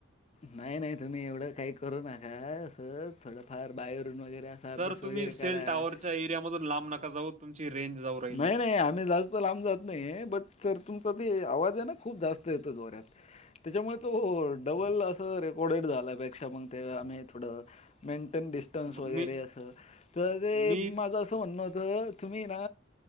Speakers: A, on the left (about 35°); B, on the right (about 35°).
A: नाही नाही तुम्ही एवढं काही करू नका असं थोडंफार बाहेरून वगैरे असा
B: सर
A: अभ्यास
B: तुम्ही
A: वगैरे
B: सेल
A: करा
B: टावरच्या एरिया मधून लांब नका जाऊ तुमची रेंज जाऊ राहिली.
A: नाही आम्ही जा. लांब जात नाही बट तर तुमचा त आवाज आहे ना खूप जास्त य जोऱ्यात त्याच्यामुळे तो डबल च रेकॉर्डेड झाल्यापेक्षा मग आम्ही थोड मेंटेन डीस टन्स
B: ब-
A: वगैरे
B: मी
A: असं, तर ते
B: मी
A: माझं असं म्हणणं होतं, तुम्ही ना